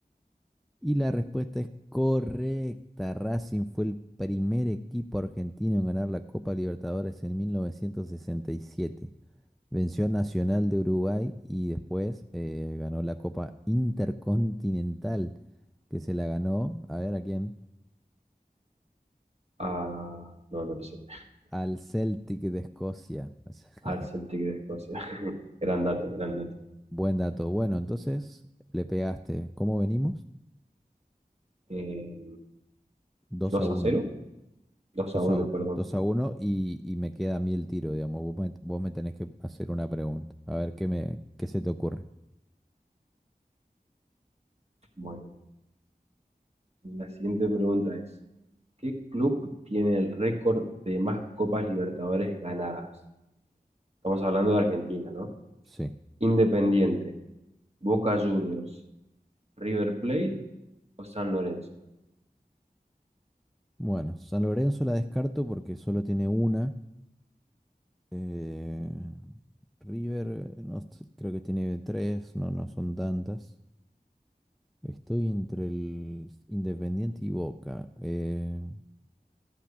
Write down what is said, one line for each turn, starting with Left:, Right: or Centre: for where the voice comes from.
Centre: Y la respuesta es correcta. Racing fue el primer equipo argentino en ganar la Copa Libertadores en 1967. Venció a Nacional de Uruguay y después eh, ganó la Copa Intercontinental, que se la ganó, a ver a quién,
Right: Ah, no, no lo sé.
Centre: al Celtic de Escocia. <laughs> O sea,
Right: Al Celtic de Escocia. <laughs> Gran dato, gran dato.
Centre: Buen dato. Bueno, entonces le pegaste. ¿Cómo venimos?
Right: Eh,
Centre: dos
Right: 2
Centre: a uno
Right: a cero, dos
Centre: dos
Right: a uno,
Centre: a, u-
Right: perdón.
Centre: 2 a uno y, y me queda a mí el tiro, digamos. Vos me, vos me tenés que hacer una pregunta. A ver qué me, qué se te ocurre.
Right: Bueno. La siguiente pregunta es, ¿qué club tiene el récord de más Copas Libertadores ganadas? Estamos hablando de Argentina, ¿no?
Centre: Sí.
Right: Independiente, Boca Juniors, River Plate o San Lorenzo.
Centre: Bueno, San Lorenzo la descarto porque solo tiene una. Eh, River, no, sé, creo que tiene tres, no, no son tantas. Estoy entre el Independiente y Boca. Eh,